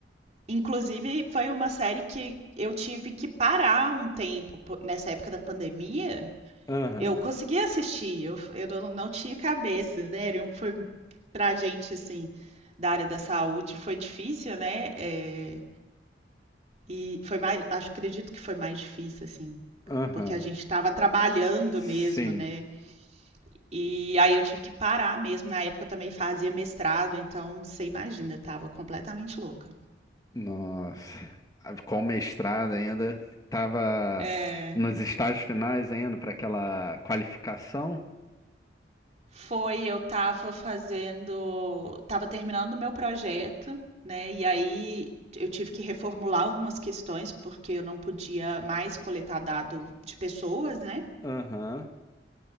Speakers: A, on the right; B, on the left.
A: Inclusive, foi uma série que eu tive que parar um tempo po- nessa época da pandemia.
B: Aham,
A: Eu consegui assistir, eu, eu não, não tinha cabeça, né? Era um- Foi pra gente, assim, da área da saúde, foi difícil, né? É, e foi mais, acho, acredito que foi mais difícil, assim,
B: aham,
A: porque a gente estava trabalhando
B: sim,
A: mesmo, né? E aí eu tive que parar mesmo. Na época eu também fazia mestrado, então você imagina, eu tava completamente louca.
B: nossa. Ah, Com mestrado ainda, tava
A: É,
B: nos estágios finais ainda para aquela qualificação.
A: foi, eu tava fazendo, tava terminando o meu projeto, né? E aí eu tive que reformular algumas questões, porque eu não podia mais coletar dado de pessoas, né?
B: Aham,